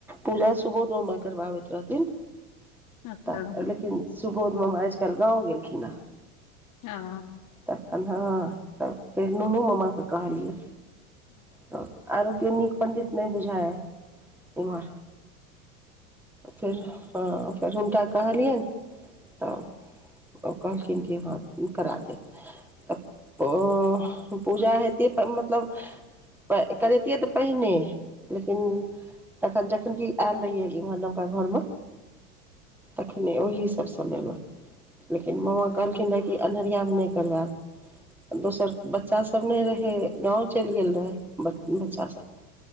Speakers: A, in the centre; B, on the left.
A: पूजा सुबोध रुम मे करबाबैत रहथिन
B: अच्छा
A: तऽ लेकिन सुबोध मामा आज कल गाँव गेलखिन हेँ
B: हँ
A: तखन हँ तऽ फेर नुनू मामा के कहलियै तऽ आरो केओ नीक पण्डित नय बुझाय इम्हर फेर हँ फेर हुनका कहलियेन तऽ ओ कहलखिन कि हँ करा देब तऽ ओ पूजा हेती पर मतलब करैतियै तऽ पहिने लेकिन तखन जखन की आयल रहिये इम्हर नवका घर मे तखने ओहिस पर समय म लेकिन मामा
B: हम्म,
A: कहलखिन रे की कि अन्हरिया मे नय करबाय दोसर बच्चास सब नय रहै गाँव चैल गेल रहै ब बच्चा सब